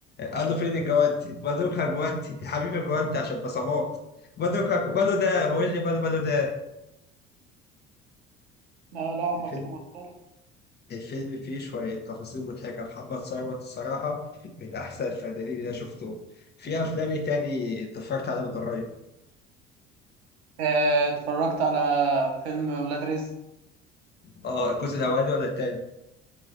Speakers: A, on the left; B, on the right.
A: قال له فين الجوانتي بدوكها جوانتي يا حبيبي جوانتي عشان بصمات بدوكها ماله ده هو إيه اللي ماله ماله ده
B: لا لا هما
A: الفيلم
B: كانوا مضطر
A: الفيلم فيه شوية تفاصيل مضحكة محمد ثروت الصراحة من أحسن الفنانين اللي أنا شفتهم في أفلام إيه تاني أنت اتفرجت عليها من قريب
B: آه، اتفرجت على فيلم ولاد رزق
A: اه الجزء الأولاني ولا التاني